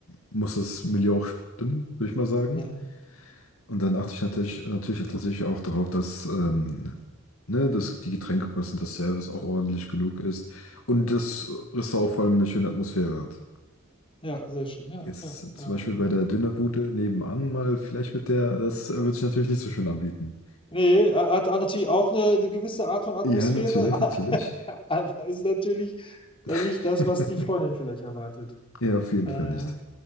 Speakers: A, on the left; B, on the left.
A: muss das Milieu auch stimmen, würde ich mal sagen.
B: Ja,
A: Und dann achte ich natürlich, natürlich tatsächlich auch darauf, dass, ähm, ne, dass die Getränke passen, dass Service auch ordentlich genug ist und das Restaurant vor allem eine schöne Atmosphäre hat.
B: ja, sehr schön. Ja,
A: Jetzt
B: ja. Da.
A: zum Beispiel bei der Dönerbude nebenan mal, vielleicht mit der, das würde sich natürlich nicht so schön anbieten.
B: Nee, äh, hat auch natürlich auch eine, eine gewisse Art von Atmosphäre,
A: Ja, natürlich, natürlich.
B: <laughs> aber ist natürlich dann nicht
A: <laughs>
B: das, was die Freundin vielleicht erwartet.
A: Ja, auf jeden
B: Naja.
A: Fall nicht.